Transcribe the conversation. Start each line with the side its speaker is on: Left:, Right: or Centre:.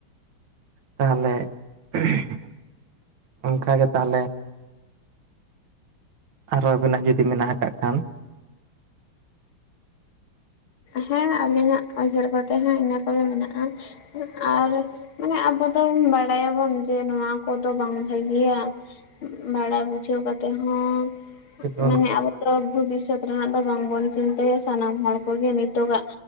Right: ᱛᱟᱦᱚᱞᱮ <inaudible> ᱚᱱᱠᱟ ᱜᱮ ᱛᱟᱦᱚᱞᱮ ᱟᱨᱚ ᱟᱵᱤᱱᱟᱜ ᱡᱩᱫᱤ ᱢᱮᱱᱟᱜ ᱟᱠᱟᱫ ᱠᱷᱟᱱ ᱾
Left: ᱦᱮᱸ ᱟᱵᱤᱧᱟᱜ ᱩᱭᱦᱟᱹᱨ ᱠᱚᱛᱮ ᱦᱚᱸ ᱤᱱᱟᱹ ᱠᱚᱜᱮ ᱢᱮᱱᱟᱜᱼᱟ ᱟᱨ᱾ ᱢᱟᱱᱮ ᱟᱵᱚ ᱫᱚ ᱵᱟᱲᱟᱭᱟᱵᱚᱱ ᱡᱮ ᱱᱚᱣᱟ ᱠᱚᱫᱚ ᱵᱟᱝ ᱵᱷᱟᱹᱜᱤᱭᱟ᱾ ᱵᱟᱲᱟᱭ ᱵᱩᱡᱷᱟᱹᱣ ᱠᱟᱛᱮᱫ ᱦᱚᱸ᱾
Right: ᱡᱩᱫᱤ ᱵᱚᱱ
Left: ᱢᱟᱱᱮ ᱟᱵᱚ ᱛᱚ ᱵᱷᱚᱵᱤᱥᱥᱚᱛ ᱨᱮᱱᱟᱜ ᱫᱚ ᱵᱟᱝᱵᱚᱱ ᱪᱤᱱᱛᱟᱹᱭᱟ ᱥᱟᱱᱟᱢ ᱦᱚᱲ ᱠᱚᱜᱮ ᱱᱤᱛᱚᱜᱟᱜ᱾